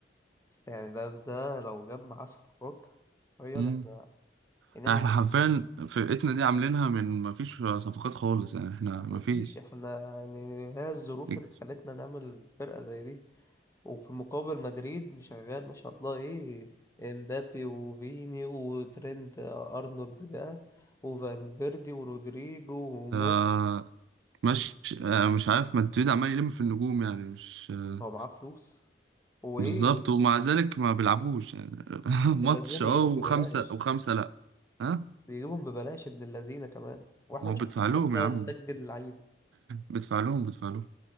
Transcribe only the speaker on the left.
بس يعني ده ده لو جاب معاه صفقات حرفيا
احنا يعني
احنا
احنا
مفيش
احنا يعني هي الظروف
اللي خلتنا نعمل فرقة زي دي وفي المقابل مدريد مشغل ما شاء الله ايه امبابي وفيني وترينت ارنولد بقى وفالفيردي ورودريجو ومين
هو معاه فلوس وايه
اللذينه
بيجيبهم
ببلاش
بيجيبهم ببلاش ابن اللذينه كمان واحنا
مش
عارفين
حتى
نسجل لعيب